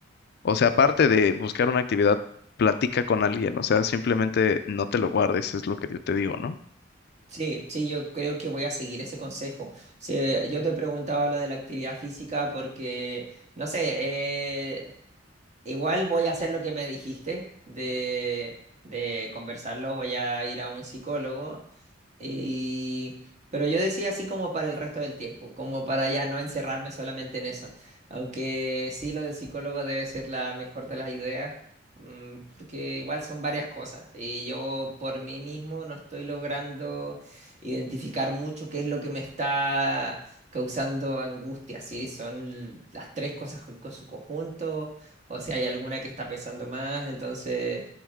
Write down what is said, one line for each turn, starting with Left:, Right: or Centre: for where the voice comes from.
Left: o sea, aparte de buscar una actividad, platica con alguien, o sea, simplemente no te lo guardes, es lo que yo te digo, ¿no?
Right: Sí, sí, yo creo que voy a seguir ese consejo. Sí, eh, yo te preguntaba lo de la actividad física porque, no sé, eh, igual voy a hacer lo que me dijiste de, de conversarlo, voy a ir a un psicólogo y... Pero yo decía así como para el resto del tiempo, como para ya no encerrarme solamente en eso. Aunque sí, lo del psicólogo debe ser la mejor de las ideas, mm, porque igual son varias cosas. Y yo por mí mismo no estoy logrando identificar mucho qué es lo que me está causando angustia. Si son l- las tres cosas co- con su conjunto, o si hay alguna que está pesando más. Entonces,